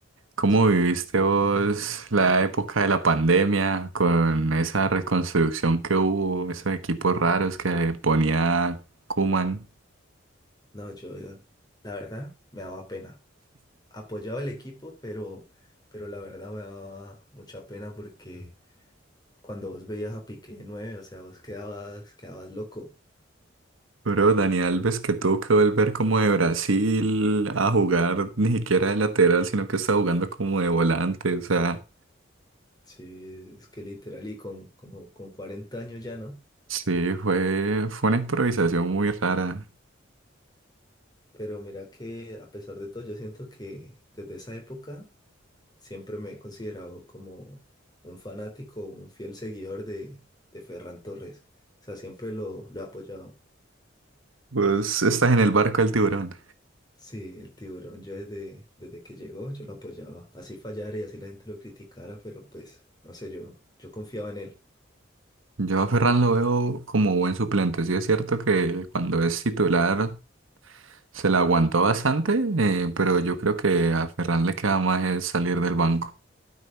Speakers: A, on the right (about 85°); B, on the left (about 20°).
A: ¿Cómo
B: Sí,
A: viviste vos la época de la pandemia con esa reconstrucción que hubo, esos equipos raros que ponía Koeman?
B: no, yo eh, la verdad me daba pena. Apoyaba el equipo, pero, pero la verdad me daba mucha pena porque cuando vos veías a Piqué de nueve, o sea, vos quedabas, quedabas loco.
A: Bro, Dani Alves que tuvo que volver como de Brasil a jugar ni siquiera de lateral, sino que estaba jugando como de volante. O sea,
B: Sí, es que literal y con, como, con 40 años ya no,
A: sí, fue, fue una improvisación muy rara.
B: pero mira que a pesar de todo yo siento que desde esa época siempre me he considerado como un fanático, un fiel seguidor de, de Ferran Torres, o sea, siempre lo, lo he apoyado.
A: Pues estás en el barco del tiburón.
B: Sí, el tiburón, yo desde, desde que llegó yo lo apoyaba, así fallara y así la gente lo criticara, pero pues no sé, yo, yo confiaba en él.
A: Yo a Ferran lo veo como buen suplente. Sí es cierto que cuando es titular Se la aguantó bastante, eh, pero yo creo que a Ferran le queda más el salir del banco.